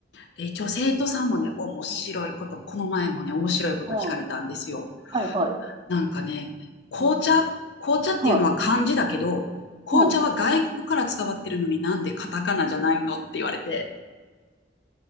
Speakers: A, on the left (about 70°); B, on the right (about 25°).
A: で、一応生徒さんもね、面白いこと、
B: うん。
A: この前もね、面白いこと聞かれたんですよ。
B: うん。はいはい。
A: なんかね、紅茶紅茶っていうのは漢字だけど、
B: うん。はい。
A: 紅茶は外国から伝わってるのになんでカタカナじゃないのって言われて、
B: うん。